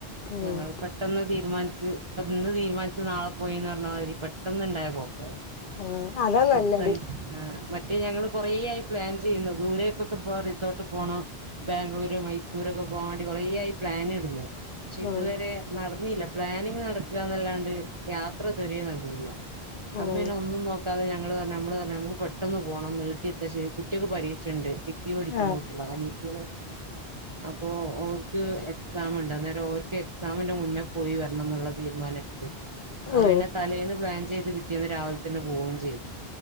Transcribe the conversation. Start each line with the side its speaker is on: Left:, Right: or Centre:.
Left: ഉം
Right: ഞങ്ങള്പട് പെട്ടെന്ന് തീരുമാനിച്ച് ഇന്ന് തീരുമാനിച്ച് നാളെ പോയിന്ന് പറ്ന്നാമാതിരി പെട്ടെന്ന് ഇണ്ടായ പോക്കാത്.
Left: ആഹ് അതാ നല്ലത്
Right: എട്ത്ത <unintelligible> ആ മറ്റേ ഞങ്ങള് കൊറേ ആയി പ്ലാൻ ചെയ്യുന്നത്. ദൂരേക്കൊക്കെ പോ റിസോർട്ട് പോണം. ബാംഗ്ലൂര് മൈസൂരൊക്കെ പോകാൻ വേണ്ടി കൊറേ ആയി പ്ലാൻ ഇടുന്ന പക്ഷെ ഇതുവരെ
Left: ഉം
Right: നടന്നില്ല. പ്ലാനിങ് നടക്കാന്നല്ലാണ്ട് യാത്ര തെരേ നടന്നില്ല. അത്
Left: ഉം
Right: പിന്നെ ഒന്നും നോക്കാതെ ഞങ്ങള് പറഞ്ഞ് നമ്മള് പറഞ് നമക്ക് പെട്ടന്ന് പോണം നീട്ട്യച്ചാ ശരി കുട്ട്യേൾക്ക് പരീ ഷണ്ട് ഡിഗ്രി പഠിക്ക്ണ
Left: ആഹ്
Right: കുട്ട്യേള അനിയത്ത്യേള് അപ്പോ ഓല്ക്ക് എക്സാം ഉണ്ട്. അന്നേരം ഓല്ക്ക് എക്സാമിന്റെ മുന്നെ പോയി വരണം എന്നുള്ള തീരുമാനം എടുത്ത്. ആ
Left: ഓ
Right: പിനെ തലേന്ന് പ്ലാൻ ചെയ്ത് പിറ്റേന്ന് രാവിലെ തന്നെ പോവുകയും ചെയ്തു.